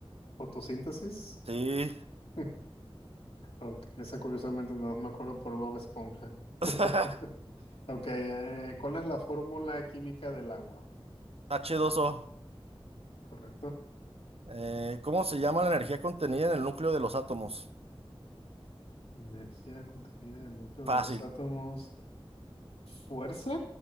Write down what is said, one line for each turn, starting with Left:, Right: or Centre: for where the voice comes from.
Left: ¿Fotosíntesis?
Right: Sí.
Left: <laughs> Ok, Esa curiosamente no me acuerdo por Bob Esponja.
Right: <laughs>
Left: <laughs> Ok, eh, ¿cuál es la fórmula química del agua?
Right: h dos o
Left: ¿Correcto?
Right: Eh, ¿cómo se llama la energía contenida en el núcleo de los átomos?
Left: Energía contenida en el núcleo
Right: Fácil.
Left: de los átomos. ¿Fuerza?